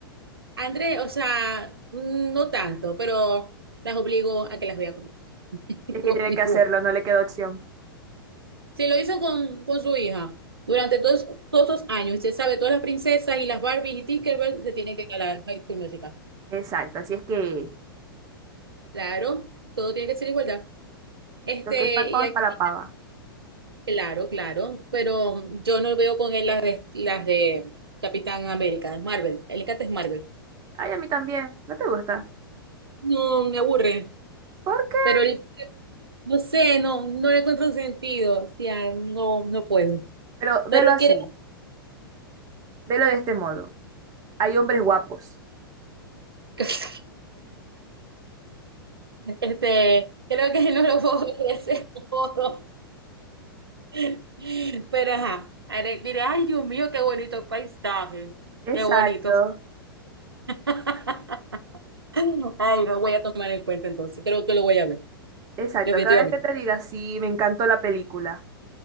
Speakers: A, on the right (about 80°); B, on the right (about 30°).
A: Andrés, o sea, mm, no tanto, pero las obligo a que las vea conmigo. <laughs>
B: Es que
A: Los
B: tiene
A: obligo.
B: que hacerlo, no le queda opción.
A: Sí, lo hizo con, con su hija durante todos, todos esos años. Usted sabe, todas las princesas y las Barbies y Tinkerbell se tienen que ir a la High School Musical.
B: Exacto, así es que
A: Claro, todo tiene que ser igualdad. Este,
B: lo que es para el pavo
A: y aquí,
B: es para la pava.
A: claro, claro, pero yo no veo con él las de, las de Capitán América, Marvel. Él le encanta es Marvel.
B: Ay, a mí también, no te gusta.
A: No, me aburre,
B: ¿Por qué?
A: pero él, no sé, no, no le encuentro sentido. O sea, no, no puedo.
B: Pero velo
A: Pero él
B: así,
A: quiere
B: velo de este modo. Hay hombres guapos.
A: <laughs> Este, creo que no lo puedo ver de ese modo. <laughs> Pero ajá, haré- diré, ay Dios mío, qué bonito paisaje,
B: Exacto,
A: qué bonito. <laughs> Ay, lo voy a tomar en cuenta entonces, creo que lo voy a ver,
B: exacto.
A: definitivamente.
B: Cada vez que te diga, sí, me encantó la película.